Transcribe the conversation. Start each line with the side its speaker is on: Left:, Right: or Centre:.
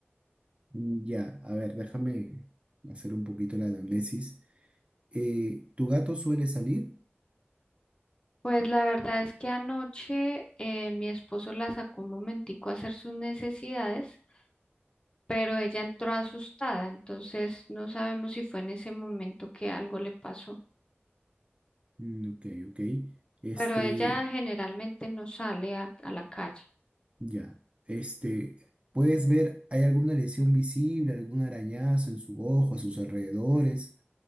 Right: Mm, Ya, a ver, déjame hacer un poquito la anamnesis. Eh, ¿tu gato suele salir?
Left: Pues la verdad es que anoche eh, mi esposo la sacó un momentico a hacer sus necesidades, pero ella entró asustada, entonces no sabemos si fue en ese momento que algo le pasó.
Right: Mm, ok, ok. Este,
Left: Pero ella generalmente no sale a a la calle.
Right: ya, este, ¿puedes ver, hay alguna lesión visible, algún arañazo en su ojo, a sus alrededores?